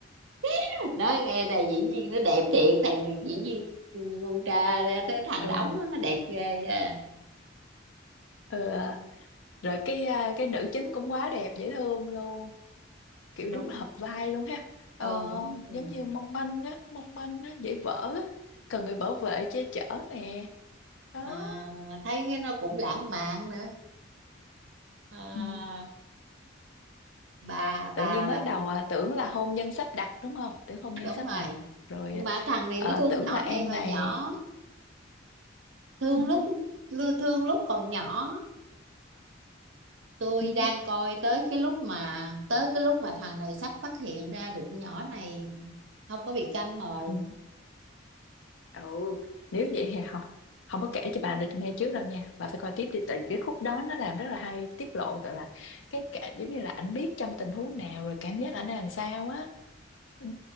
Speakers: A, on the right; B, on the left.
A: <laughs> nói nghe này diễn viên nó đẹp thiệt thằng diễn viên con tra ra tới thằng
B: ừ
A: đóng đó, nó đẹp ghê á
B: ừ, rồi cái à, cái nữ chính cũng quá đẹp dễ thương luôn kiểu
A: đúng
B: đúng là hợp vai luôn ha
A: ừ
B: ờ,
A: đúng rồi.
B: giống như mong manh á mong manh á dễ vỡ á cần người bảo vệ che chở nè đó
A: à, thấy cái nó cũng lãng mạn nữa à,
B: ừ.
A: bà bà
B: tự nhiên
A: bà
B: mới đầu à, tưởng là hôn nhân sắp đặt đúng không tưởng hôn nhân
A: đúng
B: sắp
A: rồi
B: đặt rồi
A: mà
B: à,
A: thằng này
B: ờ,
A: nó thương
B: tưởng
A: nhỏ
B: là em
A: này hồi
B: này
A: nhỏ thương
B: ừ.
A: lúc thương lúc còn nhỏ tôi
B: Ừ.
A: đang coi tới cái lúc mà tới cái lúc mà thằng này sắp phát hiện ra được nhỏ này không có bị câm rồi
B: Ừ. ừ nếu vậy thì không, không có kể cho bà được nghe trước đâu nha bà phải coi tiếp đi tại vì cái khúc đó nó làm rất là hay tiết lộ gọi là cái cả giống như là ảnh biết trong tình huống nào rồi cảm giác ảnh làm sao á ừ,